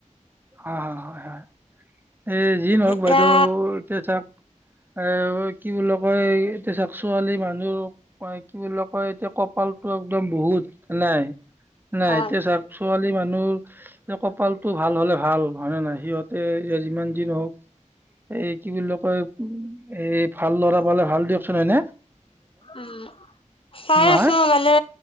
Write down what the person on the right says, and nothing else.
হ হয় হয় এ যি নহওক বাইদেউতিয়া
চও এ কি বুলি কয় এতিয়া চাক ছোৱালী মানুহ কি বুলিো কয় এতিয়া কপালতো একদম বহুত ন নাই নাই
এতিয়া চাক ছোৱালী মানুহৰ এই কপাল টো ভাল হ'লে ভাল হয়নেে নয় সিহঁতে যিমান যি নহওক এই কি বুলি কয় এই ভাল ল'ৰা পালে ভাল দিয়কচোন নহ ন
নহয়